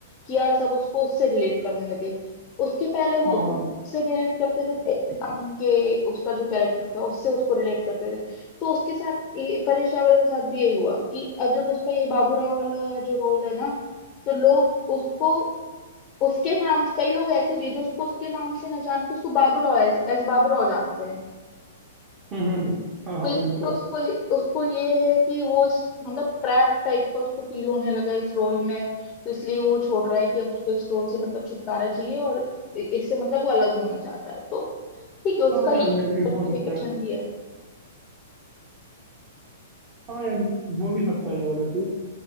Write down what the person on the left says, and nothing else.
कि यार सब उसको उससे रिलेट करने लगे उसके पहले वो
वो उससे रिलेट करते थे तेरे नाम के उसका जो कैरेक्टर था उससे उसको रिलेट करते थे तो उसके साथ ये- परेश रावल के साथ भी यही हुआ कि अब जब उसका ये बाबूराव वाला जो रोल है ना तो लोग उसको उसके नाम कई लोग ऐसे भी हैं जो उसको उसके नाम से ना जान के उसको बाबूराव एज एज बाबूराव जानते हैं
तो इसलिए
उसको उसको ये है कि वो इस मतलब ट्रैप टाइप का उसको फील होने लगा इस रोल में तो इसलिए वो छोड़ रहा है कि अब उसको इस रोल से मतलब छुटकारा चाहिए और इ- इससे मतलब वो अलग होना चाहता है तो ठीक है उसका
ये
implication
भी है